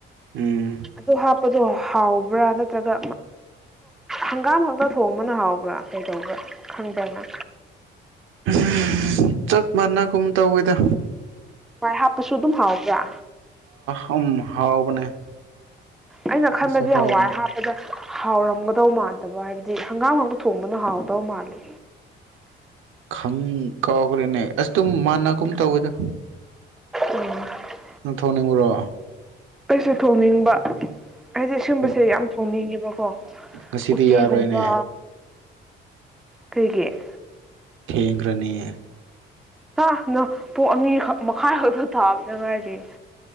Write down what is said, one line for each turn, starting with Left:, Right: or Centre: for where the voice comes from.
Right: ꯎꯝ
Centre: ꯑꯗꯨ ꯍꯥꯞꯄꯗꯣ ꯍꯥꯎꯕ꯭ꯔꯥ ꯅꯠꯇ꯭ꯔꯒ ꯍꯪꯒꯥꯝ ꯈꯛꯇ ꯊꯣꯡꯕꯅ ꯍꯥꯎꯕ꯭ꯔꯥ ꯀꯩꯗꯧꯕ꯭ꯔꯥ ꯈꯪꯕ꯭ꯔꯅ
Right: ꯎꯝ ꯆꯞ ꯃꯥꯟꯅꯒꯨꯝ ꯇꯧꯋꯤꯗ
Centre: ꯅꯨꯡꯉꯥꯏ ꯍꯥꯞꯄꯁꯨ ꯑꯗꯨꯝ ꯍꯥꯎꯕ꯭ꯔꯥ
Right: ꯑꯝ ꯍꯥꯎꯕꯅꯦ
Centre: ꯑꯩꯅ ꯈꯟꯕꯗꯤ
Right: ꯑꯗꯨꯁꯨ ꯍꯥꯎꯕꯅꯦ
Centre: ꯍꯋꯥꯏ ꯍꯥꯞꯄꯗ ꯍꯥꯎꯔꯝꯒꯗꯧ ꯃꯥꯟꯗꯕ ꯍꯥꯏꯕꯗꯤ ꯍꯪꯒꯥꯝ ꯍꯥꯛꯇ ꯊꯣꯡꯕꯅ ꯍꯥꯎꯗꯧ ꯃꯥꯜꯂꯤ
Right: ꯈꯪ ꯀꯥꯎꯈ꯭ꯔꯦꯅꯦ ꯑꯁ ꯑꯗꯨꯝ ꯃꯥꯟꯅꯒꯨꯝ ꯇꯧꯋꯦꯗ
Centre: ꯎꯝ <unintelligible> <inaudible>
Right: ꯅꯪ ꯊꯣꯡꯅꯤꯡꯕ꯭ꯔꯣ
Centre: ꯑꯩꯩꯁꯨꯦ ꯊꯣꯡꯅꯤꯡꯕ ꯍꯥꯏꯗꯤ ꯁꯤꯒꯨꯝꯕꯁꯦ
Right: ꯑꯗꯨꯝ
Centre: ꯌꯥꯝ ꯊꯣꯡꯅꯤꯡꯉꯦꯕꯀꯣ
Right: ꯉꯁꯤꯗꯤ
Centre: ꯎꯇꯤꯒꯨꯝꯕ
Right: ꯌꯥꯔꯣꯏꯅꯦ
Centre: ꯀꯔꯤꯒꯦꯠ
Right: ꯊꯦꯡꯈ꯭ꯔꯅꯤꯌꯦ
Centre: ꯁꯥ ꯅ ꯄꯣꯛ ꯑꯅꯤꯈꯛ ꯃꯈꯥꯏ ꯈꯛꯇ ꯊꯥꯕꯅ ꯉꯥꯏꯔꯤ